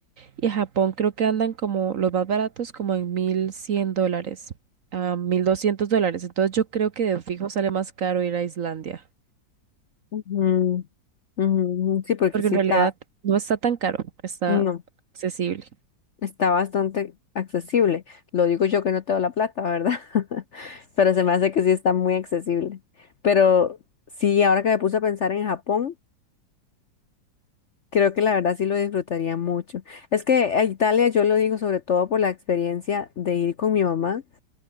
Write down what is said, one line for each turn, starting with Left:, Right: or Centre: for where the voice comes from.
Right: y a Japón creo que andan como los más baratos como en 1.100 dólares a 1.200 dólares. Entonces yo creo que de fijo sale más caro ir a Islandia,
Left: Ujú, ujú, Sí, porque
Right: porque
Left: sí
Right: en realidad
Left: está.
Right: no está tan caro, está
Left: no
Right: accesible.
Left: Está bastante accesible. Lo digo yo que no tengo la plata, ¿verdad? <laughs> Pero se me hace que sí está muy accesible. Pero sí, ahora que me puse a pensar en Japón, creo que la verdad sí lo disfrutaría mucho. Es que a Italia yo lo digo sobre todo por la experiencia de ir con mi mamá,